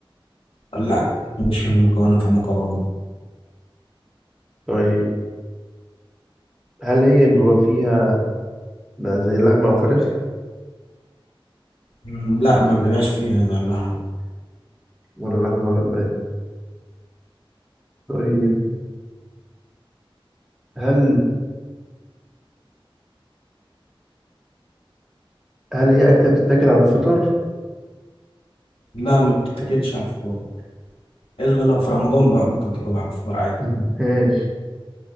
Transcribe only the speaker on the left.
لا مش من مكوناتها مكرونه
مم، لا ما بيبقاش فيها زي اللحمه
لا ما بتتاكلش على الفطار الا لو في رمضان بقى ممكن تاكل على الفطار عادي